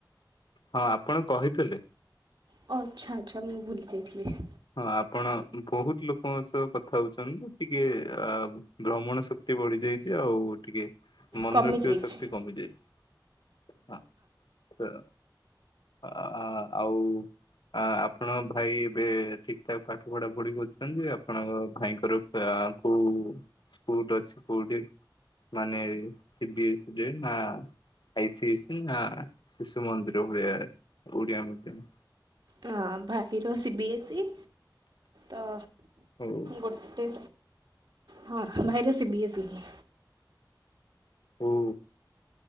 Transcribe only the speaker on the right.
ଓ ଅଚ୍ଛା ଆଚ୍ଛା ମୁଁ ଭୁଲିଯାଇଥିଲି।
କମିଯାଇଛି
ହଁ ଭାଇ ର ସି ବି ଏସ ଇ ତ
ଗୋଟେ ହଁ ଭାଇ ର ସି ବି ଏସ ଇ।